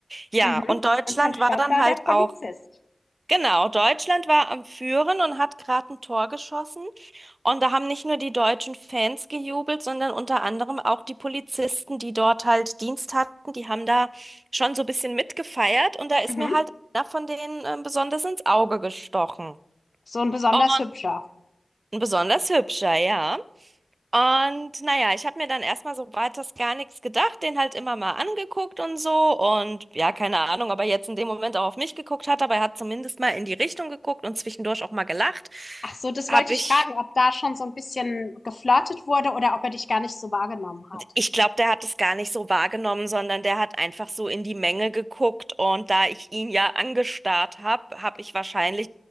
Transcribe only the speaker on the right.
Ja,
und Deutschland
war dann
halt
auch, genau, Deutschland war am Führen und hat gerade ein Tor geschossen. Und da haben nicht nur die deutschen Fans gejubelt, sondern unter anderem auch die Polizisten, die dort halt Dienst hatten, die haben da schon so ein bisschen mitgefeiert und da ist
mir halt einer von denen ähm, besonders ins Auge gestochen.
Und
ein besonders hübscher, ja. Und naja, ich habe mir dann erstmal so weiters gar nichts gedacht, den halt immer mal angeguckt und so. Und ja, keine Ahnung, ob er jetzt in dem Moment auch auf mich geguckt hat, aber er hat zumindest mal in die Richtung geguckt und zwischendurch auch mal gelacht.
Habe
ich
Ich glaube, der hat es gar nicht so wahrgenommen, sondern der hat einfach so in die Menge geguckt und da ich ihn ja angestarrt habe, habe ich wahrscheinlich